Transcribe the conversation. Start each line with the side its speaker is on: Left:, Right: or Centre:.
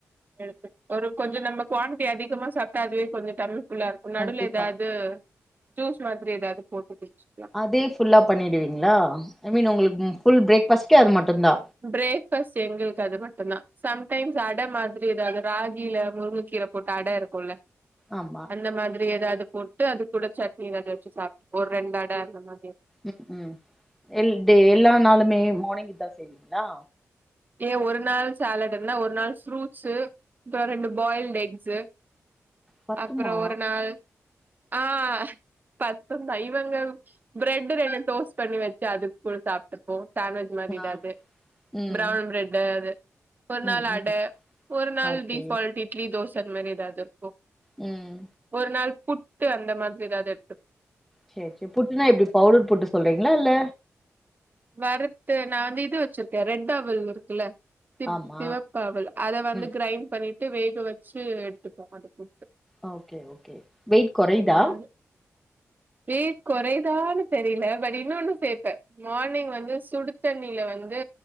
Right: எடுத் ஒரு கொஞ்சோ நம்ம குவான்டிட்டி அதிகமா சாப்பிட்டா அதுவே கொஞ்சோ தம் புல்லா இருக்கு நடுவுல
Centre: கண்டிப்பா
Right: ஏதாவது ஜூஸ் மாதிரி ஏதாவது போட்டு குடிச்சுக்கலா
Centre: அதே ஃபுல்லா பண்ணிவிடுவீங்களா ஐ மீன் உங்களுக்கு ஃபுல் பிரேக் ஃபாஸ்ட்கே அது மட்டுந்தா
Right: ப்ரேக்பாஸ்ட் எங்களுக்கு அது மட்டுந்தா சம்டைம்ஸ் அட மாதிரி எதாவது ராகில முருங்ககீர போட்டு அட இருக்குல்ல
Centre: ஆமா
Right: அந்த மாதிரி எதாவது போட்டு அது கூட சட்னி எதாவுது வெச்சு சாப்ட்டு ஒரு ரெண்டு அட அந்த மாதிரி
Centre: ம் ம் எல் டே எல்லா நாளூமே மார்னிங் இதா செய்வீங்களா
Right: ஏ ஒரு நாள் சேலட் இருந்தா ஒரு நாள் ஃப்ரூட்ஸ்சு அப்பறொ ரெண்டு பாயில்ட் எக்ஸ்சு
Centre: பத்துமா
Right: அப்பறோ ஒரு நாள் ஆ பத்துந் தைவங்கள் ப்ரெட்டு ரெண்டு டோஸ்ட் பண்ணி வெச்சு அது கூட சாப்ட்டுப்போ சேண்வெஜ் மாதிரி
Centre: ஆ
Right: ஏதாவது
Centre: ம்
Right: ப்ரௌன் ப்ரெட்டு அது ஒரு நாள்
Centre: ம்
Right: அட
Centre: ம்
Right: ஒரு நாள்
Centre: ஓகே
Right: டீஃபால்ட் இ இட்லி தோச அந்த மாரி எதாவது இருக்கு
Centre: ம்
Right: ஒரு நாள் புட்டு அந்த மாரி எதாவது எடுத்துப்
Centre: சேரி சேரி புட்டுனா இப்பிடி பவுடர் புட்டு சொல்றீங்களா இல்ல
Right: வறுத்து நா வந்து இது வெச்சிருக்கே ரெட் அவல் இருக்குல்ல சிப்
Centre: ஆமா
Right: சிவப்பவுல் அத வந்து
Centre: ம்
Right: க்ரைண்ட் பண்ணிட்டு வேக வெச்சு எடுத்துப்போ அதுக்கு
Centre: ஆ ஓகே ஓகே வெயிட் கொறயுதா
Right: அந்த மாரி வெயிட் கொறயுதான் தெரில. பட் இன்னொன்னு சேப்ப. மார்னிங் வந்து சுடு தண்ணில வந்து